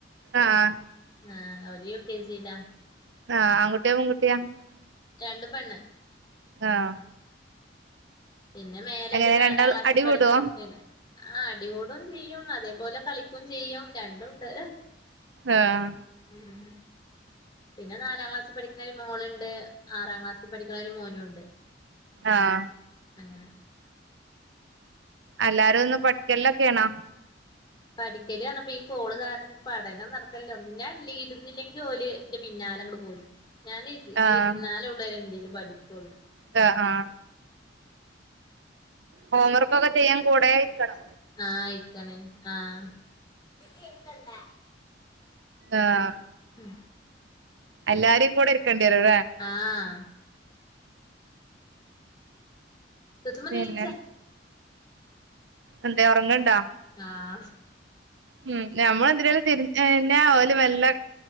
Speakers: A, on the right; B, on the left.
A: ആഹ
B: ആഹ ഒര് യൂ കെ ജിലാ
A: ആ ആൺകുട്ടിയേ പെൺകുട്ടിയേ പ
B: രണ്ടും പെണ്ണ്
A: ആഹ
B: പിന്നെ മേലെ
A: എങ്ങനെ
B: ഒരു നാലാം
A: രണ്ടാൾ
B: ക്ലാസ്സിൽ
A: അടി
B: പഠിക്കുന്ന
A: കൂടോ
B: കുട്ടിണ്ട് ആ അടികൂടും ചെയ്യും. മ തേപോലെ കളിക്കും ചെയ്യും രണ്ടുണ്ട്
A: ആഹ
B: ഉം പിന്നെ നാലാം ക്ലാസ്സിൽ പഠിക്കുന്നൊരു മോളുണ്ട് ആറാം ക്ലാസ്സിൽ പഠിക്കുന്നൊരു മോനും ഉണ്ട്
A: ആഹ
B: അങ്ങനെ
A: എല്ലാരും ഒന്ന് പഠിക്കലൊക്കെയാണോ
B: പഠിക്കല് പറഞ്ഞപ്പോ ഈ കോള് കാരണം പഠനം നടക്കല്ലോ ഒന്നും ഞാൻ ഇരുന്നില്ലെങ്കിൽ ഓല് എന്റെ പിന്നാലെ ഇങ്ങട്ട് പോരും ഞാൻ
A: ആഹ്
B: ഇരുന്നാലെ ഉള്ളു എന്തേലും പഠിക്കൂള്ളൂ
A: ആഹ ആഹ ഹോംവർക്ക് ഒക്കെ ചെയ്യാൻ കൂടെ ഇരിക്കണേ
B: ആഹ ഇരിക്കണം ആഹ
A: ആഹ
B: ഉം
A: എല്ലരിം കൂടെ ഇരിക്കേണ്ടി വരൂല്ലേ
B: ആഹ <inaudible>
A: പിന്നെ എന്തേ ഒറങ്ങ്ണ്ടേ
B: ആഹ
A: ഉം നമ്മളെ എന്തിനേലും തിരിഞ്ഞ്കഴിഞ്ഞ ഓല് മെല്ലേ